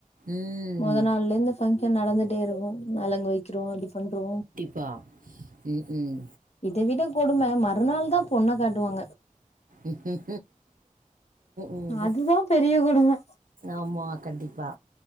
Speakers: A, on the right; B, on the left.
A: ம்.
B: மொத நாள் இருந்து ஃபங்ஷன் நடந்துடே இருக்கு நலுங்கு வைக்குறோ இது பண்றோ
A: பா ம் ம்
B: இத விட கொடும மறுநாள் தா பொண்ன காட்டுவாங்க
A: ம் ம்
B: அதுதா பெரிய கொடும
A: ஆமா கண்டிப்பா